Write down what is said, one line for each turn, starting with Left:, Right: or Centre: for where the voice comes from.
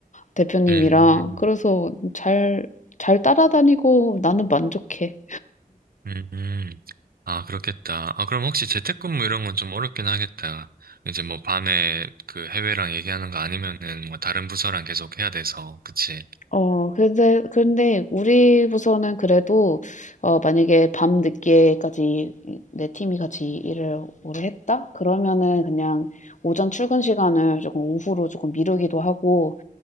Left: 대표님이랑
Right: 음,
Left: 그래서 잘, 잘 따라다니고 나는 만족해.
Right: 음, 음. 아, 그렇겠다. 아, 그럼 혹시 재택근무 이런 건 좀 어렵긴 하겠다. 이제 뭐 밤에 그 해외랑 얘기하는 거 아니면은 뭐 다른 부서랑 계속 해야 돼서, 그치?
Left: 어, 근데, 근데 우리 부서는 그래도, 어, 만약에 밤 늦게까지 내 팀이 같이 일을 오래 했다? 그러면은 그냥 오전 출근 시간을 조금 오후로 조금 미루기도 하고,